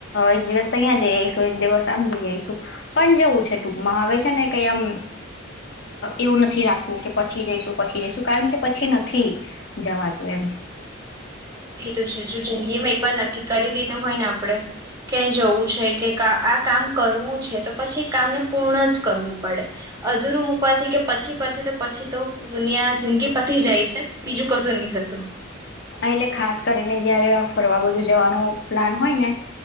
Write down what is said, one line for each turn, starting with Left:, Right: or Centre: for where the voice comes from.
Left: એક દિવસ અહીંયા જઈ આવીઈશું એક દિવસ આમ જઈ આવીઈશું પણ જવું છે ટૂકમાં આવે છે ને કઈ આમ એવું નથી રાખવું કે પછી જઈશું પછી જઈશું કારણ કે પછી નથી જવાતું એમ.
Right: એ તો છે જો જિંદગી માં એક વાર નક્કી કરી દીધો હોય ને આપ. પડે. કે જવું છે કે કા આ કામ કરવું છે, તો પછી કામને પૂર્ણ જ કરવું પડે. અધૂરું મૂકવાથી કે પછી-પછી તો પછી તો દુનિયા જિંદગી પતી જાય છે. બીજું કશું નહી થતું.
Left: એટલે ખાસ કરીને જયારે આ ફરવા બધું જવાનું પ્લાન હોય ને